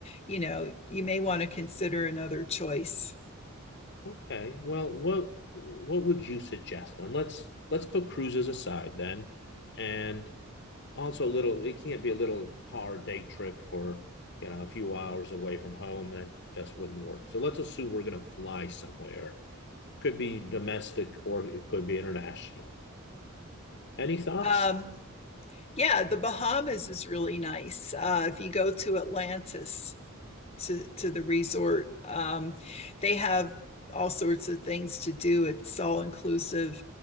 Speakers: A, on the left; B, on the left.
A: you know, you may want to consider another choice.
B: Okay. Well, what what would you suggest then? Let's let's put cruises aside then, and also a little it can't be a little car day trip for you know a few hours away from home that just wouldn't work so let's assume we're going to fly somewhere could be domestic or it could be international any thoughts
A: Um, yeah, the Bahamas is really nice. Uh, if you go to Atlantis, to to the resort. Um, they have all sorts of things to do. It's all inclusive,